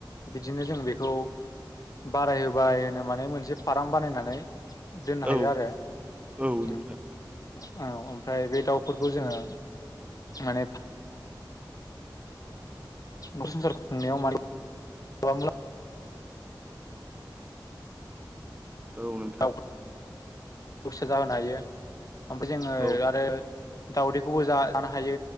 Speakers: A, on the left; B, on the right.
A: बिदिनो जों बेखौ बारायहो बारायहोनो माने मोनसे फार्म बानायनानै दोननो
B: औ
A: हायो आरो
B: औ नोंथां
A: औ ओमफ्राय बे दाउफोरखौ जोङो माने नखर संसार खुंनायाव माने गोबां मुलाम्फा
B: औ नोंथां
A: दाव फिसा जाहोनो हायो ओमफ्राय जोङो
B: औ
A: आरो दाउदैखौबो जा-जानो हायो